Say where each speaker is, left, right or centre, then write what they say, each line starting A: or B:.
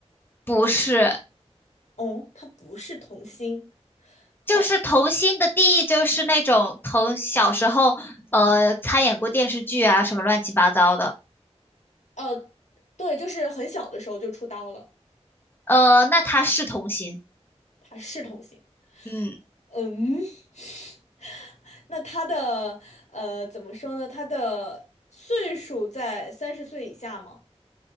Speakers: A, on the left; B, on the left.
A: 不是，
B: 哦，他不是童星。好的，
A: 就是童星的定义就是那种从小时候呃参演过电视剧啊什么乱七八糟的，
B: 呃，对，就是很小的时候就出道了，
A: 呃，那他是童星。
B: 他是童星。
A: 嗯，
B: 嗯，<laughs> 那他的呃怎么说呢？他的岁数在三十岁以下吗？